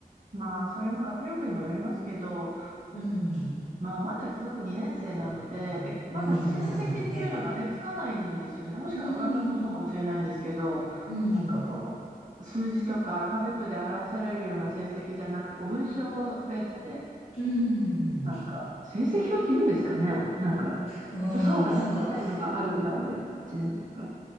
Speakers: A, on the right; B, on the left.
A: まあ、それも学力にもよりますけど、
B: うん。
A: まあ、まだうちの子2年生なので、で、まだ成績っていうのがね、
B: うん。まだまだね。
A: つかないんですよね。もしかしたらオランダもそうかもしれないんですけど、
B: うん。うん。
A: なんかこの数字とかアルファベットで表されるような成績じゃなくて、こう文章ベースで、
B: うん。うん。
A: なんか成績表って言うんですかね。なんか一応総括みたいのがあるぐらいで、
B: うんなんか、
A: 1年に1回。